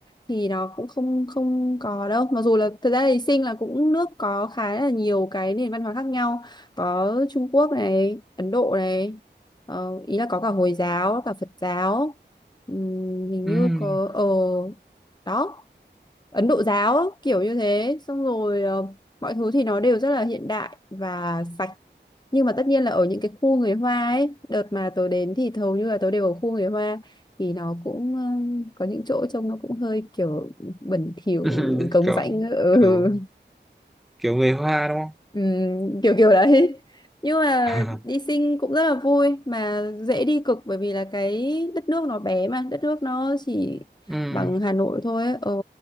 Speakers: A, on the left (about 25°); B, in the centre.
A: thì nó cũng không không có đâu. Mặc dù là thật ra thì Sinh là cũng nước có khá là nhiều cái nền văn hóa khác nhau. Có Trung Quốc này, Ấn Độ này, ờ, ý là có cả Hồi giáo, cả Phật giáo. Ừm, hình
B: ừ
A: như có ờ đó Ấn Độ giáo kiểu như thế. Xong rồi ờ, mọi thứ thì nó đều rất là hiện đại và sạch nhưng mà tất nhiên là ở những cái khu người Hoa ấy đợt mà tớ đến thì hầu như là tớ đều ở khu người Hoa thì nó cũng ờ, có những chỗ trông nó cũng hơi kiểu bẩn thỉu
B: <laughs>
A: cống
B: kiểu
A: rãnh ừ,
B: kiểu kiểu người Hoa đúng không
A: <laughs> ừm, kiểu kiểu đấy nhưng mà
B: <laughs>
A: đi Sing cũng rất là vui mà dễ đi cực bởi vì là cái đất nước nó bé mà đất nước nó chỉ
B: ừ
A: bằng Hà Nội thôi ấy. Ờ,